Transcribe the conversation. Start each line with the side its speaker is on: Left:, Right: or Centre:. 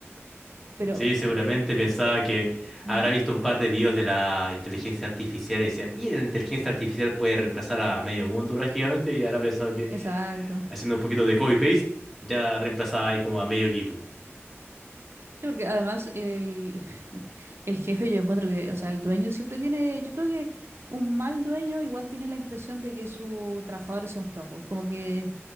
Right: Pero,
Centre: Sí, seguramente pensaba que
Right: mm,
Centre: habrá visto un par de videos de la inteligencia artificial y decía, mira, la inteligencia artificial puede reemplazar a medio mundo prácticamente y habrá pensado que...
Right: Exacto.
Centre: haciendo un poquito de copy-paste, ya reemplazaba ahí como a medio equipo.
Right: Sí, porque además el, <laughs> el jefe yo encuentro que, o sea, el dueño siempre tiene, yo creo que un mal dueño igual tiene la impresión de que sus trabajadores son flojos, como que